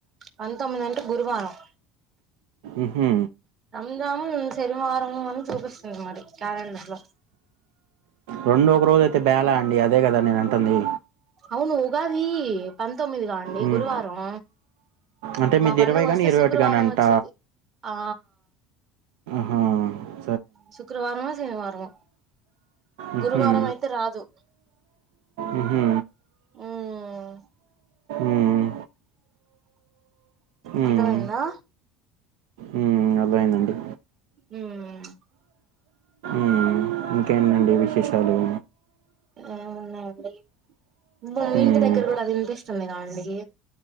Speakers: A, on the right; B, on the right.
A: పంతొమ్మిది అంటే గురువారం.
B: ఉహు
A: రంజాము ఈ సెనివారమ అని చూపిస్తుంది మరి కేెలండర్ లో.
B: రెండ ఒక రోజైతే బాల అండి, అదే కదా నేను అంటుంది
A: అవును ఉగాది పంతొమ్మిది గ అండి
B: ఉమ్,
A: గురువారం.
B: అంటే మీది
A: మా పండగ
B: ఇరవై
A: వస్తే
B: కానీ ఇరవై
A: శుక్రవారం
B: ఒకటి కానీ అంట
A: వచ్చిది ఆ
B: ఆ
A: శుక్రవారమో శనివారమో
B: ఉహుం,
A: గురువారం అయితే రాదు
B: ఉహు
A: ఉమ్
B: ఉమ్
A: అర్థమైందా?
B: ఉమ్, ఉమ్ అర్థమైందండి.
A: ఉమ్
B: ఉమ్ ఇంకేంటండి విశేషాలు?
A: ఏం ఉన్నాయండి, మీ
B: మ్మ్.
A: ఇంటి దగ్గర కూడా ఇనిపి న్నయ అండి